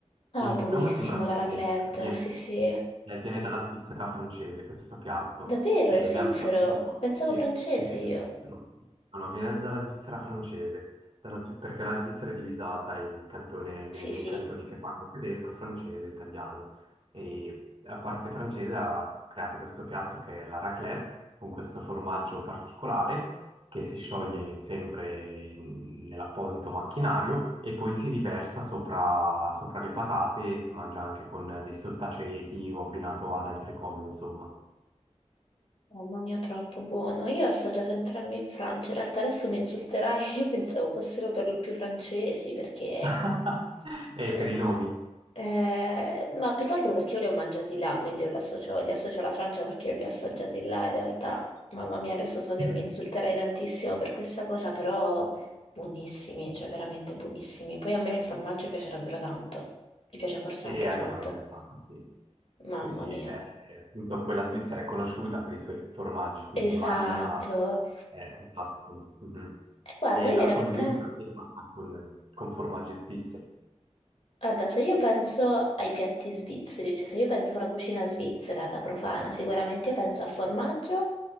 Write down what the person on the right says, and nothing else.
Il
nome sembra francese,
perché viene,
eh, viene dalla Svizzera francese questo piatto,
ed
è appunto,
sì,
sì, sì,
lo svizzero. no, no, viene dalla Svizzera francese, dalla Svi- perché la Svizzera è divisa, sai, in cantone- ne-
nei
cantoni che parlano tedesco, francese, italiano, e la parte francese ha creato questo piatto che è la raclette, con questo formaggio particolare, che si scioglie sempre in- nell'apposito macchinario e poi si riversa sopra, sopra le patate e si mangia anche con dei sottaceti o abbinato ad altre cose, insomma.
<laughs> E
per i nomi.
<laughs>
E
anche
a me mi fa così.
Sì, sì,
eh, eh, appunto poi la Svizzera è conosciuta per i suoi formaggi, quindi
immagina... eh, esatto, mhm.
E
la
fondue infatti è fatta con, con formaggi svizzeri,